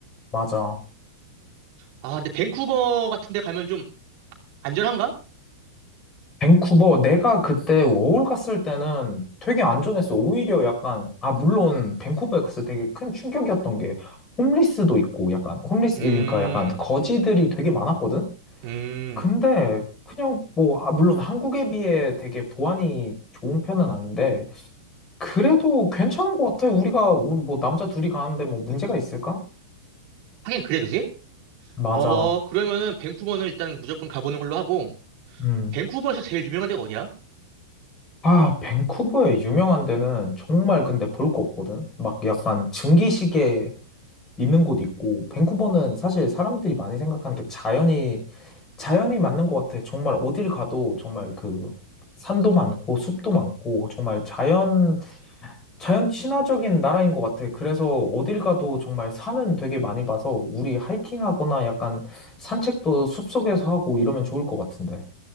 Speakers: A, on the left; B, on the right.
A: 맞아.
B: 아, 근데 밴쿠버 같은 데 가면 좀 안전한가?
A: 밴쿠버, 내가 그때 워홀 갔을 때는 되게 안전했어. 오히려 약간, 아, 물론 밴쿠버에 갔을 때 되게 큰 충격이었던 게 홈리스도 있고 약간, 홈리스,
B: 음,
A: 그러니까 약간 거지들이 되게 많았거든?
B: 음,
A: 근데 그냥 뭐, 아, 물론 한국에 비해 되게 보안이 좋은 편은 아닌데 그래도 괜찮은 것 같아. 우리가, 우리 뭐, 남자 둘이 가는데 뭐 문제가 있을까?
B: 하긴 그래, 그지?
A: 맞아.
B: 어, 그러면은 밴쿠버는 일단 무조건 가보는 걸로 하고,
A: 음.
B: 밴쿠버에서 제일 유명한 데가 어디야?
A: 아, 밴쿠버의 유명한 데는 정말 근데 볼 거 없거든? 막 약간 증기시계 있는 곳 있고, 밴쿠버는 사실 사람들이 많이 생각하는 게 자연이, 자연이 맞는 것 같아. 정말 어딜 가도 정말 그 산도 많고, 숲도 많고, 정말 자연 자연 친화적인 나라인 것 같아. 그래서 어딜 가도 정말 산은 되게 많이 봐서 우리 하이킹하거나 약간 산책도 숲속에서 하고 이러면 좋을 것 같은데.